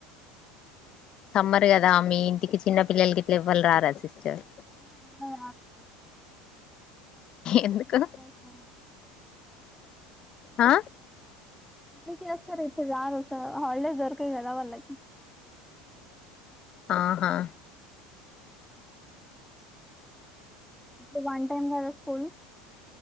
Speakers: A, on the left; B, in the centre.
A: సమ్మర్ కదా మీ ఇంటికి చిన్న పిల్లలకి ఎవళ్ళు రారా సిస్టర్
B: అమ్మా ఎవ
A: ఎందుకు
B: పెళ్ళికేస్తారు
A: ఆ
B: పెళ్లికి వస్తారు ఇప్పుడు రారు హాలిడేస్ దొరకయ్ కదా వాళ్ళకి
A: ఆహా
B: ఇప్పుడు వన్ టైం కదా స్కూల్